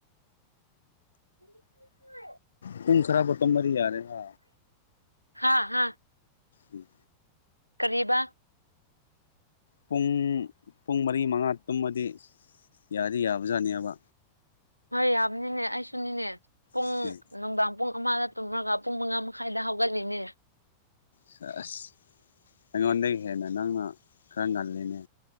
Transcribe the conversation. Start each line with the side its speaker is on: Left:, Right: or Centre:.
Right: <inaudible>
Left: ꯨꯄꯨꯡ ꯈꯔꯕꯨ ꯇꯨꯝꯃꯗꯤ ꯌꯥꯔꯦꯅ
Right: ꯍꯥ ꯍꯥ
Left: ꯎꯝ
Right: ꯀꯔꯤꯕꯥ
Left: ꯄꯨꯡ ꯄꯨꯡ ꯃꯔꯤ ꯃꯉꯥ ꯇꯨꯝꯃꯗꯤ ꯌꯥꯗꯤ ꯌꯥꯕꯖꯥꯠꯅꯦꯕ
Right: ꯍꯣꯏ ꯌꯥꯕꯅꯤꯅꯦ ꯑꯩꯁꯨꯅꯤꯅꯦ ꯄꯨꯡ
Left: ꯑꯁ
Right: ꯅꯨꯡꯗꯥꯡ ꯄꯨꯡ ꯑꯃꯗ ꯇꯨꯝꯃꯒ ꯄꯨꯡ ꯃꯉꯥ ꯃꯈꯥꯏꯗ ꯍꯧꯒꯠꯂꯤꯅꯦ
Left: ꯁꯦꯁ ꯑꯩꯉꯣꯟꯗꯒꯤ ꯍꯦꯟꯅ ꯅꯪꯅ ꯈꯔ ꯉꯜꯂꯤꯅꯦ